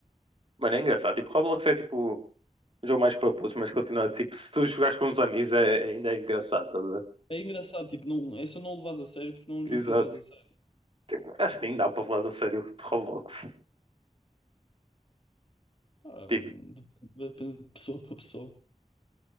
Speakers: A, on the right; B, on the left.
A: mano, é engraçado. Tipo, Roblox é tipo um jogo mais para putos, mas continua tipo, se tu jogares com uns amigos é, é- ainda é engraçado, estás a ver?
B: É engraçado, tipo, não, é só não o levas a sério porque não é um
A: Exato.
B: jogo para levares a sério.
A: Tipo, acho que nem dá para falar a sério de Roblox.
B: Pá,
A: Tipo,
B: dep- depende de pessoa para pessoa.